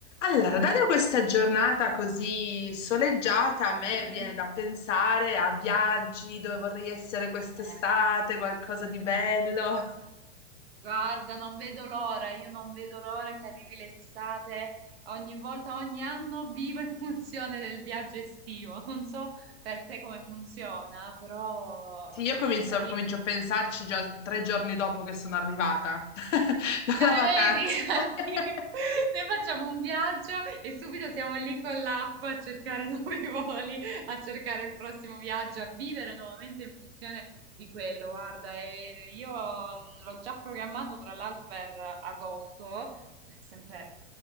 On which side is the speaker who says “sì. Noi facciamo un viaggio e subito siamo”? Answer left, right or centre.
Right